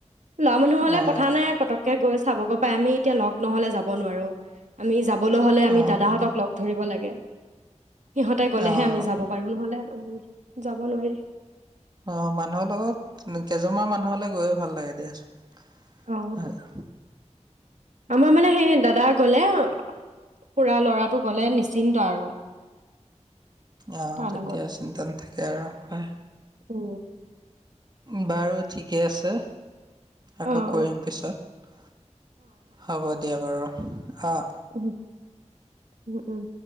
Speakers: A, on the right; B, on the right.
A: ল'ৰা মানুহ হ'লে
B: অ',
A: কথা নাই পটককে গৈ হব পাই আমি এতিয়া লগ নহলে যাব নোৱাৰো আমি যাবলৈ হ'লে আমি
B: অ',
A: দাদাহঁতক
B: হয়।
A: লগ ধৰিব লাগে। সিহঁতে গ'লেহে
B: অ',
A: আমি যাব পাৰো নহলে যাব নোৱাৰিলি।
B: অ', মানুহৰ লগত কেইজনমান মানুহলৈ গৈ ভাল লাগে দিয়াচোন।
A: অঁ
B: ভাল <unintelligible>
A: আমাৰ মানে সে দাদা গ'লে খুৰা ল'ৰাটো গ'লে নিশ্চিন্ত আৰু
B: অ
A: তাৰ
B: তেতিয়া
A: লগত
B: চিন্তা নাথাকে আৰু হয়
A: অ
B: বাৰু ঠিকে আছে আকৌ
A: অঁ
B: কৰিম পিছত হ'ব দিয়া বাৰু অ',
A: উম উম উম